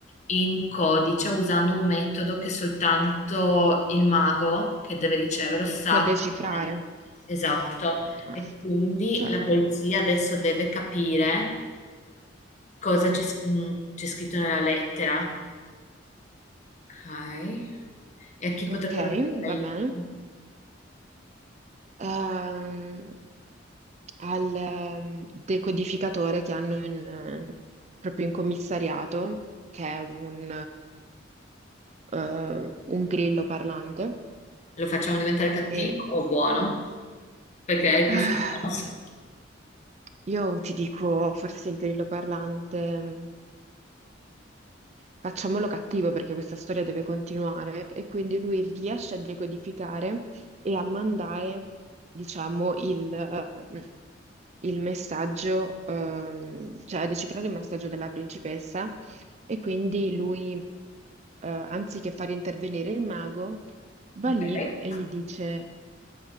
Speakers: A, on the left; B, on the right.
A: in codice usando un metodo che soltanto il mago che deve riceverlo sa.
B: può decifrare.
A: com'è. Esatto.
B: Ah,
A: E quindi
B: Certo,
A: la polizia adesso deve capire cosa c'è s- mh, c'è scritto nella lettera. Ok. E a chi potrebbero
B: ok,
A: chiedere
B: va
A: aiuto?
B: bene. Ehm, al ehm, decodificatore che hanno in, eh, proprio in commissariato, che è un, ehm, eh, un grillo parlante
A: Lo facciamo diventare cattivo
B: E
A: o buono? perché è
B: ah,
A: più sostanza.
B: io ti dico, forse il grillo parlante, mh, facciamolo cattivo perché questa storia deve continuare e quindi lui riesce a decodificare e a mandare, diciamo, il, eh, mh, il messaggio, ehm, cioè a decifrare il messaggio della principessa e quindi lui, eh, anziché far intervenire il mago, va
A: Ok.
B: lì e gli dice...